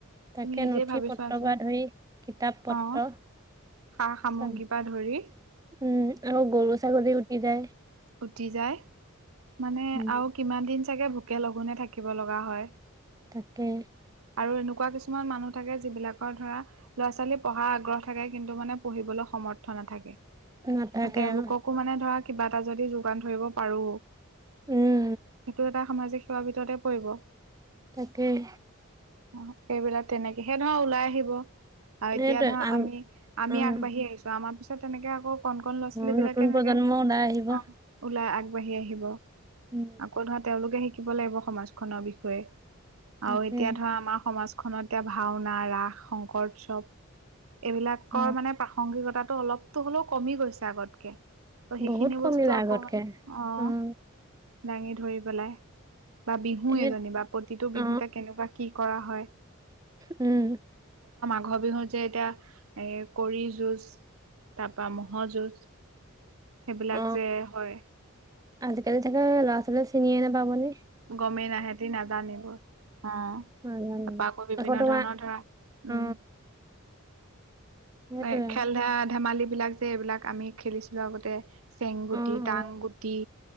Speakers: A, on the right; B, on the right.
A: তাকে
B: তুমি নিজে
A: নথি-পত্ৰ
B: ভাবি চোৱাচোন
A: পৰা ধৰি কিতাপ পত্ৰ
B: অ
A: অ',
B: সা সামগ্ৰীৰ পৰা ধৰি
A: উম আৰু গৰু-ছাগলী উটি যায়।
B: উতি যায়। মানে
A: উম,
B: আৰু কিমান দিন চাগে ভোকে-লঘোণে থাকিব লগা হয়।
A: তাকে।
B: আৰু এনেকুৱা কিছুমান মানুহ থাকে। যিবিলাকৰ ধৰা ল'ৰা-ছোৱালী পঢ়াৰ আগ্ৰহ থাকে। কিন্তু, মানে পঢ়িবলৈ সমৰ্থ নাথে
A: নাথাকে
B: তেওঁলোক
A: অ',
B: কো মানে ধৰা কিবা এটা যদি দোকান ধৰিব পাৰো,
A: উম,
B: সেইটো এটা সামাজিক সেৱাৰ ভিতৰতে পৰিব।
A: তাকেই।
B: অ', সেইবিলাক তেনেকে সেই ধৰা ওলাই আহিব। আৰু
A: সেইটোৱে
B: এতিয়া ধৰা
A: আম
B: আমি আমি
A: উম,
B: আগবাঢ়ি আহিছো। আমাৰ পিছত তেনেকে আকৌ কণ-কন ল'ৰা ছোৱালী
A: অ',
B: বিলাকে
A: নতুন
B: এনেকে
A: প্ৰজন্ম ওলাই আহিব
B: অ', ওলাই আগবাঢ়ি আহিব।
A: উম।
B: আকৌ তাত তেওঁলোকে শিকিব লাগিব। সমাজখনৰ বিষয়ে
A: তাকে
B: আৰু এতিয়া ধৰা আমাৰ সমাজ খনত এতিয়া ভাওনা ৰাস, শংকৰ উৎসৱ এইবিলাকৰ
A: অ
B: মানে প্ৰাসংগিকতা। অলপ কে হলেও কমি গৈছে আগতকে। <unintelligible>
A: বহুত কমিলে আগতকে উম
B: দাঙি ধৰি পেলাই বা বিহু
A: এ
B: এজনী বা প্ৰতিটো
A: অ
B: বিহুতে কেনেকুৱা কি কৰা হয়?
A: উম।
B: ঘৰ বিহুত যে এতিয়া এ কৰি যুঁজ তাৰ পৰা ম'হ যুঁজ সেইবিলাক
A: অ
B: যে হয়।
A: আজিকালি তাকে ল'ৰা-ছোৱালীয়ে চিনিয়ে নাপায় বোলো।
B: গমেই নাহেতি নাজানিবোৰ, অ'
A: নাজানিব
B: তাৰপা আকৌ বিভিন্ন
A: তোমাৰ
B: ধৰণৰ ধৰা
A: অ
B: উম
A: সেইটোয়ে
B: এ খেল- ধেমালি বিলাক যে এইবিলাক আমি খেলিছিলো আগতে। চেংগুটি
A: অ
B: টাংগুটি
A: অ